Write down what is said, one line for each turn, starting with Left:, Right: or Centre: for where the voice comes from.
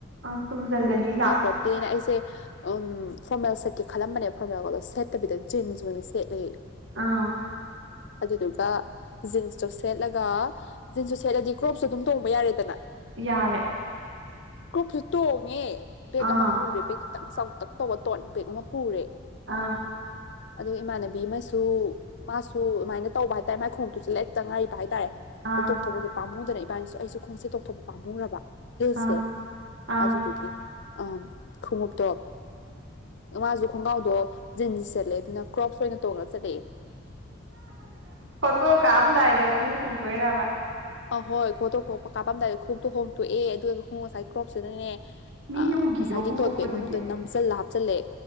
Right: ꯑ ꯇꯨꯝꯁꯤꯜꯂꯅꯤꯅ
Left: ꯄꯣꯠꯇꯅꯁꯦ ꯎꯝ ꯐꯣꯔꯃꯦꯜ ꯁꯦꯠꯀꯦ ꯈꯜꯂꯝꯕꯅꯦ ꯐꯣꯔꯃꯦꯜꯒꯗꯣ ꯁꯦꯠꯇꯕꯤꯗ ꯖꯤꯟꯁ ꯑꯣꯏꯅ ꯁꯦꯠꯂꯤ
Right: ꯑꯥ
Left: ꯑꯗꯨꯗꯨꯒ ꯖꯤꯟꯁꯇꯣ ꯁꯦꯠꯂꯒ ꯖꯤꯟꯁꯨ ꯁꯦꯠꯂꯗꯤ ꯀ꯭ꯔꯣꯞꯁꯨ ꯑꯗꯨꯝ ꯇꯣꯡꯕ ꯌꯥꯔꯦꯗꯅ
Right: ꯌꯥꯔꯦ
Left: ꯀ꯭ꯔꯨꯞꯁꯨ ꯇꯣꯡꯉꯦ ꯕꯦꯒ
Right: ꯑꯥ
Left: ꯑꯃ ꯄꯨꯔꯦ ꯕꯦꯒ ꯈꯤꯇꯪ ꯆꯥꯛꯇꯛ ꯇꯧꯕ ꯇꯣꯠ ꯕꯦꯛ ꯑꯃ ꯄꯨꯔꯦ
Right: ꯑꯥ
Left: ꯑꯗꯣ ꯏꯃꯥꯟꯅꯕꯤ ꯑꯃꯁꯨ ꯃꯥꯁꯨ ꯑꯗꯨꯃꯥꯏꯅ ꯇꯧꯕ ꯍꯥꯏꯇꯥꯔꯦ ꯃꯥꯏꯈꯣꯡꯗꯨꯨꯁꯨ ꯂꯦꯛ ꯆꯪꯉꯥꯏꯕ ꯍꯥꯏꯇꯥꯔꯦ
Right: ꯑꯥ
Left: ꯑꯗꯨ ꯇꯣꯡꯊꯣꯛꯄꯁꯦ ꯄꯥꯝꯃꯨꯗꯅ ꯏꯕꯥꯅꯤꯁꯨ ꯑꯩꯁꯨ ꯈꯣꯡꯎꯞꯁꯦ ꯇꯣꯡꯊꯣꯛꯄ ꯄꯥꯝꯃꯨꯔꯕ ꯍꯤꯜꯁꯇꯦ
Right: ꯑꯥ ꯑꯥ
Left: ꯑꯗꯨꯗꯨꯒꯤ ꯑꯝ ꯈꯣꯡꯎꯞꯇꯣꯞ ꯃꯥꯁꯨ ꯈꯣꯡꯒ꯭ꯔꯥꯎꯗꯣ ꯖꯤꯟꯁ ꯁꯦꯠꯂꯦ ꯑꯗꯨꯅ ꯀ꯭ꯔꯣꯞꯁ ꯑꯣꯏꯅ ꯇꯣꯡꯉ ꯆꯠꯂꯦ
Right: ꯐꯣꯇꯣ ꯀꯥꯞꯑꯝꯗꯥꯏꯗ ꯈꯣꯡꯎꯞ ꯍꯣꯡꯗꯣꯛꯏꯔꯕ
Left: ꯑꯍꯣꯏ ꯈꯣꯠꯇꯣꯛ ꯈꯣꯛꯄ ꯀꯥꯞꯄꯝꯗꯥꯏꯗ ꯈꯣꯡꯎꯞꯇꯨ ꯍꯣꯡꯇꯣꯛꯑꯦ ꯑꯗꯨꯒ ꯈꯣꯡꯎꯞ ꯉꯁꯥꯏ ꯀ꯭ꯔꯣꯞꯁꯤꯅꯅꯦ
Right: ꯃꯤ
Left: ꯑ
Right: ꯎꯈꯤꯗ꯭ꯔꯣ
Left: ꯉꯁꯥꯏꯒꯤ
Right: ꯍꯣꯡꯇꯣꯛꯄꯗꯨꯗꯤ
Left: ꯇꯣꯠ ꯕꯦꯛ ꯃꯅꯨꯡꯗ ꯅꯝꯁꯤꯜꯂ ꯍꯥꯞꯆꯜꯂꯦ